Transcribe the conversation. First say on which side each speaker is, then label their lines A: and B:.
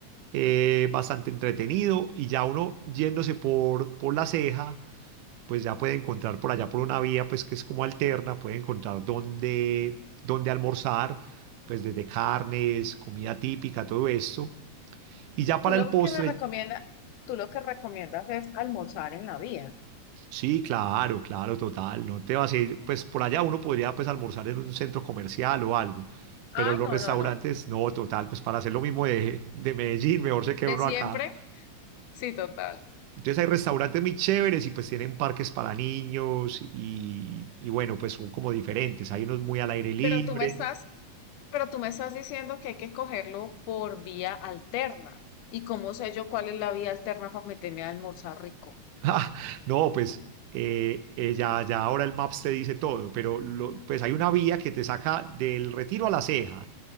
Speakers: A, on the right (about 85°); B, on the left (about 80°).
A: eh, bastante entretenido y ya uno yéndose por, por La Ceja pues ya puede encontrar por allá por una vía, pues que es como alterna, puede encontrar dónde, dónde almorzar, pues desde carnes, comida típica, todo esto. Y ya para
B: Tú lo
A: el postre,
B: que me recomiendas, tú lo que recomiendas es almorzar en la vía.
A: sí, claro, claro, total, no te vas a ir, pues por allá uno podría pues almorzar en un centro comercial o algo,
B: Ay,
A: pero los
B: no,
A: restaurantes,
B: no, no, no.
A: no, total, pues para hacer lo mismo de, de Medellín, mejor se queda
B: ¿De
A: uno
B: siempre?
A: acá.
B: Sí, total.
A: Entonces hay restaurantes muy chéveres y pues tienen parques para niños y, y bueno, pues son como diferentes. Hay unos muy al aire libre,
B: Pero tú me estás, pero tú me estás diciendo que hay que cogerlo por vía alterna. ¿Y cómo sé yo cuál es la vía alterna para meterme a almorzar rico?
A: Ah, no, pues eh, eh, ya, ya ahora el Maps te dice todo, pero lo- pues hay una vía que te saca del Retiro a La Ceja